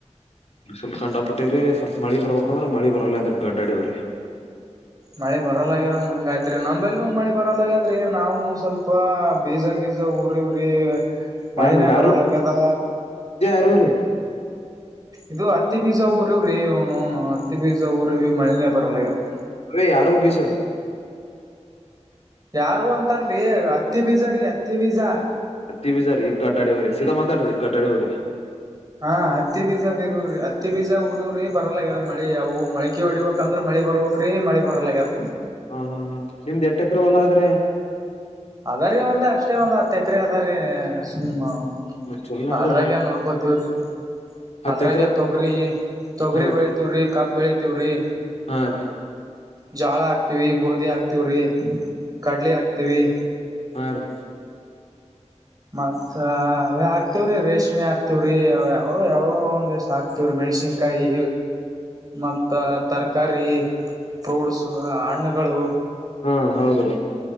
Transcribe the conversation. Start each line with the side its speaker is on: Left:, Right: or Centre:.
Left: ಸ್ವಲ್ಪ ಕಂಡಾಪಿಟ್ಟಿ್ರೀ ಸ್ವಲ್ಪ ಮಳಿ ಬರ್ಬೇಕ ಅಂದ್ರ ಮಳಿ ಬರಲ್ಲ ಅದ್ರ ಗಡ್ಡಾಡಿಯವ್ರೆ
Right: ಮಳೆ ಬರಲ್ಲಾಗ್ಯದ್ ನಂಗ ಆಯ್ತು ಅ ನಂಬಲ್ನೂ ಮಳಿ ಬರಲ್ಲ ಹಾಗಾದ್ರಿ ನಾವು ಒಂದ ಸ್ವಲ್ಪ ಬೀಜ ಗೀಜ ಉರಿವ್ರಿ ಮಳಿನೇ
Left: ಹ ಯಾರು
Right: ಬರಲಾಗ್ಯದ
Left: ಬೀಜ ಯಾರು ರೀ
Right: ಇದು ಹತ್ತಿ ಬೀಜ ಊರಿ ಇವ್ರೀನುನು ಹತ್ತಿ ಬೀಜ ಊರಿೀ ಮಳೆನೇ ಬರಲಾಗ್ಯದ
Left: ಅ ಯಾರುವು ಬೀಜ
Right: ಯಾರು ಅಂತಲ್ರರಿ ಅತ್ತಿ ಬೀಜ್ರೀ ಅತ್ತಿ ಬೀಜ
Left: ತ್ತ ಬಜಾರಿ ಈ ಗಡ್ಡಡಿ ಹೋರೆ ಸಿದ ಮಾತಾದ್ರಿ ಈ ಗಡ್ಡಡಿ ೋರೆ
Right: ಹಾ ಹತ್ತಿ ಬೀಜ ಬೀರೂ್ರರಿ ಹತ್ತಿ ಬೀಜ ಉಊರಿೂಊ್ರರಿ ಬರಲ್ಲಾಗ್ಯದ ಮಳಿ ಅವು ಮಳಕಿ ಹೊಡಿಬೇಕಂದ್ರೆ ಮಳಿ ಮಳಿ ಬರ್ಬಕ್್ರೀ ಮಳಿ ಬರಲಗ್ಯದ
Left: ಹಾ ಹಾ ಹ ನಿಮ್ದ್ ಎಟ್ಟ ಎಕ್ರವಲ್ಲ ಆದ್ರೆ
Right: ಅದ್ರೀ ಒಂದ ಅಷ್ಟೇ ಒಂದ್ ಹ ತಕ್ರೆ ಅದಾರೀ ಸುಮ್ಮ
Left: ಮತ್ ಚಲೋನೆ
Right: ಅದ್ರಾಗ
Left: ಅದಲ್ರಿ
Right: ನೋಡ್ಕೋತವ್ರಿ
Left: ಹತ್ತ್
Right: ಅದ್ರಾಗ
Left: ಎಕರೆ
Right: ತೊಗರಿ ತೊಗರಿ
Left: ಹಾ
Right: ಬೆಳಿತವ್ರಿ ಕಬ್ ಬೆಳಿತವ್ರಿ
Left: ಆ ರಿ
Right: ಜೋಳ ಹಾಕ್ತಿವಿ ಗೋಧಿ ಹಾಕ್ತಿವ್ರಿ ಕಡ್ಲೆ ಹಾಕ್ತಿವಿ
Left: ಹಾ ರೀ
Right: ಮತ್ತ ಹಾಕ್ತಿವ್ರೀ ರೇಷ್ಮೆ ಹಾಕ್ತಿವ್ರಿಾವ ಯಾವೋ ಒಂದ ಹಕ್ತಿವ್ರಿ ಮೆಣ್ಸಿನ್ ಕಾಯಿ ಮತ್ತ ತರಕಾರಿ ಫೋಡ್ಸು ಹಣ್ಣುಗಳು
Left: ಹಾ ಹೌದ ರೀ